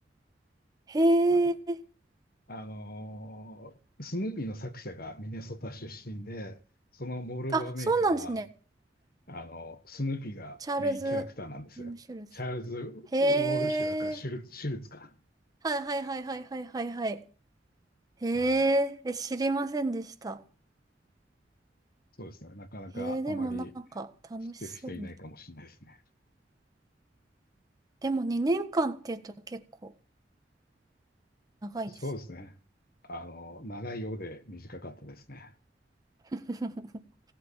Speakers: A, on the right; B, on the left.
A: へえ、
B: あ、あのースヌーピーの作者がミネソタ出身で、そのモール・
A: あ、
B: オブ・アメリカは、
A: そうなんですね。
B: あの、スヌーピーがメインキャラクターなんですよ。
A: チャールズ・エム・シュルズ。
B: チャールズ・ウォルシュだからシュル、
A: へえ、
B: シュルツか。
A: はいはいはいはいはいはいはい。へえ、
B: はい。
A: え、知りませんでした。
B: そうですね。なかなかあまり
A: へえ、でもなんか楽しそうな。
B: 知ってる人いないかもしれないですね。
A: でも2年間っていうと結構長いですね。
B: そうですね。あの、長いようで短かったですね。
A: <laughs>